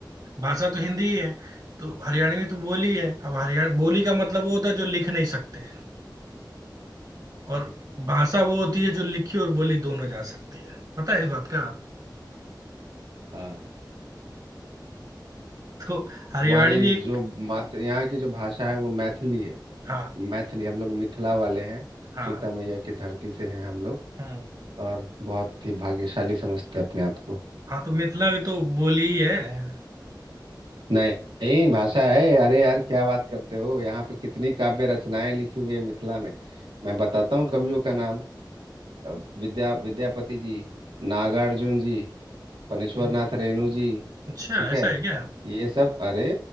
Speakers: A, on the right; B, on the right.
A: भाषा तो हिंदी ही है तो हरियाणवी तो बोली है अब हरियाणा बोली का मतलब वो होता है जो लिख नहीं सकते और
B: ठीक
A: भाषा वो होती है जो लिखी और बोली दोनों जा सकती है पता है इस बात का
B: हाँ
A: तो हरियाणवी
B: हमारे
A: एक
B: जो मात यहाँ की जो भाषा है वो मैथिली है
A: हाँ
B: मैथिली हम लोग मिथिला वाले हैं
A: हाँ
B: सीता मैया की धरती से हैं हम लोग
A: हम्म
B: और बहुत ही भाग्यशाली समझते हैं अपने आप को
A: हाँ तो मिथिला भी तो बोली ही है
B: नहीं नहीं भाषा है अरे यार क्या बात करते हो यहाँ पे कितनी काव्य रचनाएं लिखी हुई है मिथिला में मैं बताता हूँ कवियों का नाम अ, विद्या विद्यापति जी नागार्जुन जी फणीश्वर
A: हम्म,
B: नाथ रेणु जी
A: अच्छा
B: ठीक
A: ऐसा
B: है
A: है क्या
B: ये सब अरे